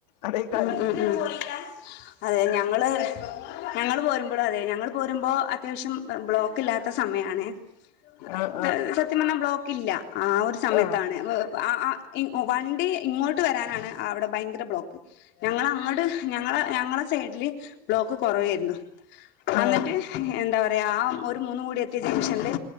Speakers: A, on the left; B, on the left.
A: അതേക്കാരും
B: മ്മ് മ്മ്
A: പറഞ്ഞ്
B: മ്മ് അതെ ഞങ്ങള് ഞങ്ങള് പോരുമ്പോള് അതെ ഞങ്ങൾ പോരുമ്പോ അത്യാവശ്യം ബ്ലോക്ക് ഇല്ലാത്ത സമയാണെ അ
A: ആഹ്
B: എന്താത് സത്യം പറഞ്ഞ ബ്ലോക്ക് ഇല്ല ആ ഒരു സമയത്താണ്
A: ആഹ് ആഹ്
B: ഒ ആആ ഇൻ ഒ വണ്ടി ഇങ്ങോട്ട് വരാനാണ് അവിടെ ഭയങ്കര ബ്ലോക്ക് ഞങ്ങളങ്ങ്ട് ഞങ്ങള ഞങ്ങള സൈഡില് ബ്ലോക്ക് കുറവേരുന്നു
A: ആഹ്
B: അന്നിട്ട് എന്താ പറ അതയാ ആ ഒരു മൂന്നും കൂടി എത്തിയ ജംഗ്ഷനില്